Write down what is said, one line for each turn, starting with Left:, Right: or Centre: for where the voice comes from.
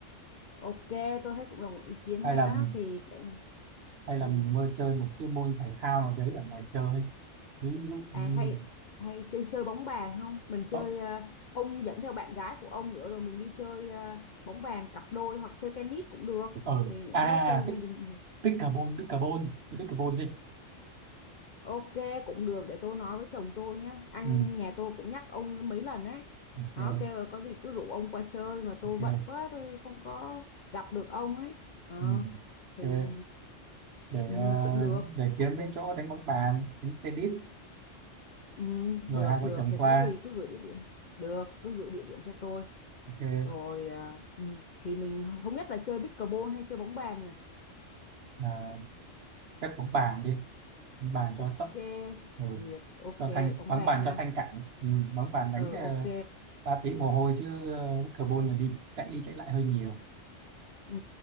Left: ok, tôi thấy cũng là một ý kiến
Right: Hay
Left: hay
Right: là
Left: đó.
Right: mình
Left: Thì cái,
Right: hay là
Left: ừ.
Right: mình mơ chơi một cái môn thể thao nào đấy ở ngoài chơi ví dụ
Left: à
Right: như
Left: hay hay chơi chơi bóng bàn không? Mình
Right: ở,
Left: chơi ờ, ông dẫn theo bạn gái của ông nữa rồi mình đi chơi ờ, bóng bàn cặp đôi hoặc chơi tennis cũng được.
Right: ở
Left: Thì những
Right: à
Left: cái đó chơi
Right: pick
Left: gia đình
Right: pickleball pickleball Chơi pickleball đi
Left: Ok cũng được để tôi nói với chồng tôi nhé anh
Right: ừ.
Left: nhà tôi cũng nhắc ông mấy lần ấy
Right: ok
Left: nó kêu là có gì cứ rủ ông qua chơi mà tôi
Right: ok
Left: bận quá tôi không có gặp được ông ấy ờ
Right: ừ.
Left: thì
Right: ok để
Left: ừ,
Right: ờ,
Left: cũng được
Right: để
Left: ok
Right: kiếm cái chỗ đánh bóng bàn đánh tennis
Left: ừ,
Right: rồi
Left: được
Right: hai vợ
Left: được
Right: chồng
Left: thì
Right: qua
Left: có gì cứ gửi địa điểm được cứ gửi địa điểm cho tôi
Right: ok
Left: rồi ờ, ừ, thì mình không biết là chơi pickleball hay chơi bóng bàn nhỉ
Right: à, chắc bóng bàn đi bóng bàn
Left: ok
Right: cho thấp ừ.
Left: duyệt ok
Right: cho thanh
Left: bóng
Right: bóng
Left: bàn
Right: bàn
Left: ha
Right: cho thanh cản ừ. bóng bàn đánh
Left: ờ ok
Right: ờ, ba tiếng mồ hôi chứ ờ, pickleball là đi chạy đi chạy lại hơi nhiều
Left: Ừ,